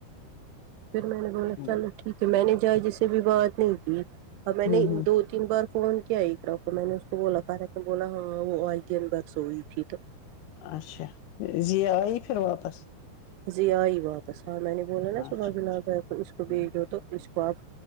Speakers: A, on the right (about 80°); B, on the left (about 75°).
A: پھر میں نے بولا
B: ہوں
A: چلو ٹھیک ہے میں نے جا جیس سے بھی بات نہیں کی ا میں
B: ہوں
A: نے
B: ہوں۔
A: دو تین بار فون کیا ایک ر کو میں نے اس کو بولا فارا بولا ہاں وہ آئ تین برس ہوئی تھی تو
B: اچھا یہ آئی پھر واپس
A: زیا آئی باتاں میں نے بولا نا
B: اچھا
A: صبح جنا
B: اچھا
A: ہے اس کو
B: ہوں۔
A: بھیجو تو اس کو آپ